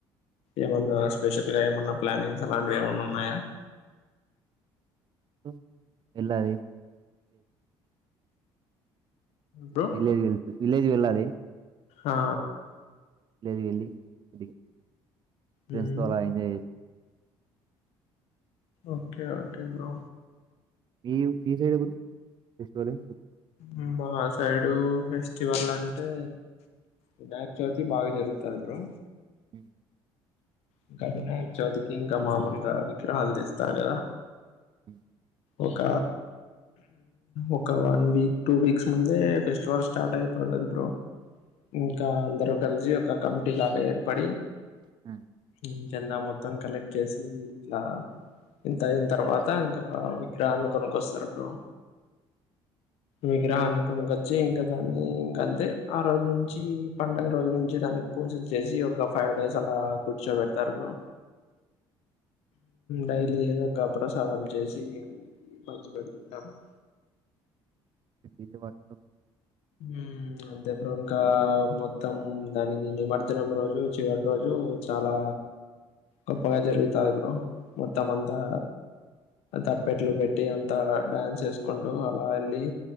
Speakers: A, on the left; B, on the right.
A: ఏమన్నా స్పెషల్ గా ఏమన్నా ప్లానింగ్స్ అలాంటివి ఏమన్నా ఉన్నాయా <unintelligible>
B: ఎ తెలి
A: బ్రో
B: విలేజ్ వెళ్ విలేజ్ వెళ్ళాలి
A: ఆ
B: లేదు వెళ్ళి కొద్దిగా ఫ్రెండ్స్
A: మ్మ్.
B: త అలా ఎంజాయ్ చేసి
A: ఓకే ఓకే బ్రో.
B: ఈవ్ ఈ సైడ్ ఎపుడ్ తిస్కోలె.
A: ఉమ్ బొనాచ్ తైడూ ఫెస్టివల్ అంటే వినాయక చవితి బాగా జరుగుతది బ్రో.
B: ఉ
A: ఇంకా వినాయక చవితికి ఇంకా మాములుగా విగ్రహాలు తెస్తారు గదా.
B: ఉ
A: ఒక ఒక వన్ వీక్ టూ వీక్స్ ముందే ఫెస్టివల్ స్టార్ట్ అయిపో తది బ్రో ఇంకా అందరు కలిసి ఒక కమిటీ లాగా ఏర్పడి
B: అ
A: ఇన్ చందా మొత్తం కలెక్ట్ చేసీ ఇట్లా ఇంత అయిన తర్వాతా ఇంకా విగ్రహాన్ని కొనుకొస్తారు బ్రో. విగ్రహాన్ని కొనుకొచ్చి ఇంక దాన్ని ఇంకంతే ఆ రోజు నుంచి పండుగ రోజు నుంచి దానికి పూజలు చేసి ఒక ఫైవ్ డేస్ అలా కూర్చో బెడతారు బ్రో డైలీ ఏదో ఒక ప్రసాదం చేసి అందరికి పంచి పెడుతుంటాం. <inaudible>
B: డిజే వాడుతాం
A: ఉ అంతే బ్రో ఇంకా మొత్తం దానికి నిమర్జనం రోజు చివరి రోజు చాలా గొప్పగా జరుగుతాది బ్రో మొత్తం అంతా తప్పెట్లు పెట్టి అంతా డాన్స్ చేసుకుంటూ అలా యెళ్లి